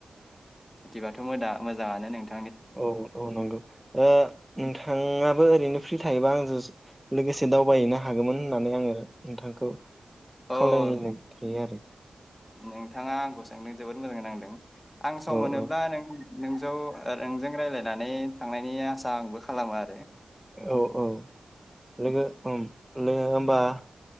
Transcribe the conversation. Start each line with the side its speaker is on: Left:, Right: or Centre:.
Left: बिदिबाथ' मोदा मोजाङानो नोंथां।
Centre: औ औ नंगौ ओ नोंथां नोंथाङाबो ओरैनो फ्रि थायोबा आंजों लोगोसे दावबायहैनो हागौमोन होननानै आङो नोंथांखौ
Left: औ
Centre: खावलायनाय थायो आरो।
Left: नोंथाङा आंखौ सोंनो जोबोद मोजाङै नांदों। आं सम
Centre: औ
Left: मोनोब्ला
Centre: औ
Left: नों नोंजौ ओ नोंजों रायज्लायनानै थांनायनि आसा आंबो खालामो आ
Centre: औ औ लोगो ओम लोगो होमबा